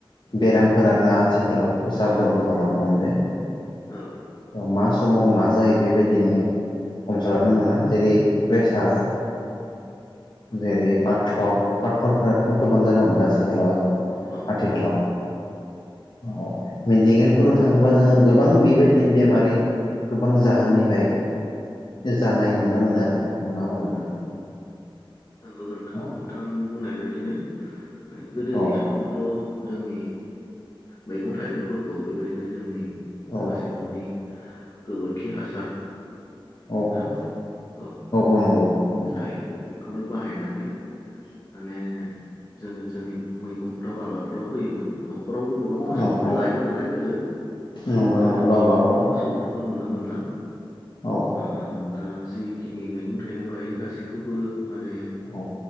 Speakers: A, on the left; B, on the left.
A: बेरामफोरानो आथिखालाव जाब्रबनो ह हमदों।
B: औ
A: अ मा समाव मा। जायो बेबायदिनो हमस्लाबनो मोना जेरै प्रेसार जेरै पाथर। पााथरफोराथ' गोबां जानो हमदों आथिखालाव।
B: उम।
A: आथिखालाव औ मेडिकेलफोराव थाङोबा जोङो गोबां बेबाय टिम बेमारि गोबां जाहोननिफाय जानाय नुनो मोनो आरो नङामोन नोंथां,
B: नंगौ नोंथां
A: औ
B: नोंथां बुंनाय बेदिनो गोदोनि
A: औ
B: समावथ' जोंनि मैगं थाइगंफोरखौ बेबायदिनो जोंनि, मागासे
A: औ
B: न'नि गोबोरखि हासार
A: औ
B: ना औ
A: औ नंगौ नोंथां
B: जायो खौनो बाहायनानै माने जोङो जोंनि मैगं न'खराव आबादफोराव होयोमोन नख न'खरावबो गोबां मोसौफोर
A: औ औ
B: लायोमोन नालाय गोदो
A: नंगौ
B: दाथ'
A: नंगौ गावबा
B: न'खरफोराव
A: गाव
B: मोसौफोरखौ नु नुनो मोनला
A: औ
B: ओ ओ दा जिखिनि मैगं थाइगं गायो गासैखौ बो माने
A: औ